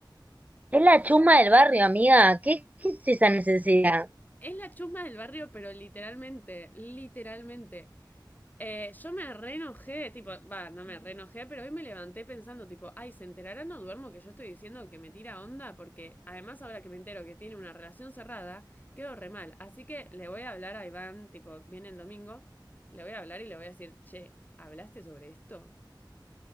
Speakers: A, on the right; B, on the left.
A: Es la chuma del barrio, amiga. ¿Qué, qué es esa necesidad?
B: Es la chusma del barrio, pero literalmente, literalmente. Eh, yo me reenojé, tipo, va, no me reenojé, pero hoy me levanté pensando, tipo, ay, ¿se enterará no duermo que yo estoy diciendo que me tira onda? Porque además ahora que me entero que tiene una relación cerrada, quedo re mal. Así que le voy a hablar a Iván, tipo, viene el domingo, le voy a hablar y le voy a decir, che, ¿hablaste sobre esto?